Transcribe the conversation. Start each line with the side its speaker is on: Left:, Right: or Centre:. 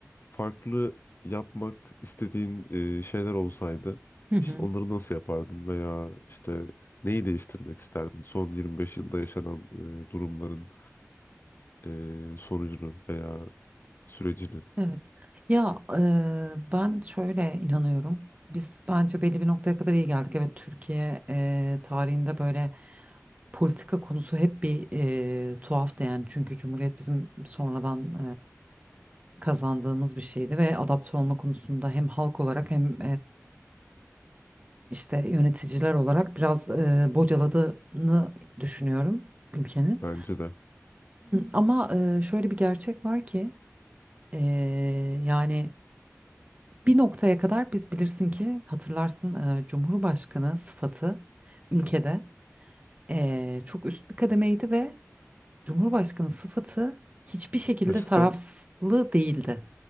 Left: farklı yapmak istediğin e, şeyler olsaydı
Right: Hı hı.
Left: işte onları nasıl yapardın veya işte neyi değiştirmek isterdin son 25 yılda yaşanan e, durumların e, sonucunu veya sürecini
Right: Evet. Ya e, ben şöyle inanıyorum. Biz bence belli bir noktaya kadar iyi geldik. Evet Türkiye e, tarihinde böyle politika konusu hep bir e, tuhaftı yani. Çünkü Cumhuriyet bizim sonradan e, kazandığımız bir şeydi ve adapte olma konusunda hem halk olarak hem işte yöneticiler olarak biraz e, bocaladığını düşünüyorum ülkenin.
Left: bence de.
Right: Ama e, şöyle bir gerçek var ki e, yani bir noktaya kadar biz bilirsin ki hatırlarsın e, Cumhurbaşkanı sıfatı ülkede e, çok üst bir kademeydi ve Cumhurbaşkanı sıfatı hiçbir şekilde
Left: Gerçekten
Right: taraflı değildi.